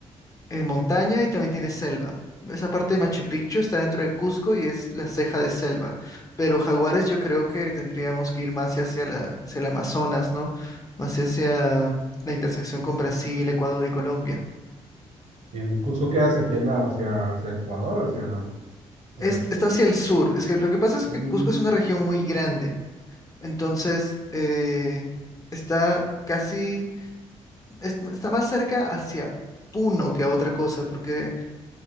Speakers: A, on the left; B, on the right.
A: eh, montaña y también tiene selva. Esa parte de Machu Picchu está dentro de Cusco y es la ceja de selva. Pero Jaguares yo creo que tendríamos que ir más hacia hacia la, hacia el Amazonas, ¿no? Más hacia la intersección con Brasil, Ecuador y Colombia.
B: Bien, Cusco queda hacia aquel lado, hacia, hacia Ecuador, hacia, hacia
A: Es-
B: el
A: está
B: sur.
A: hacia el sur. Es que lo que pasa es que
B: Mm.
A: Cusco es una región muy grande. Entonces, eh, está casi, es- está más cerca hacia Puno que a otra cosa, porque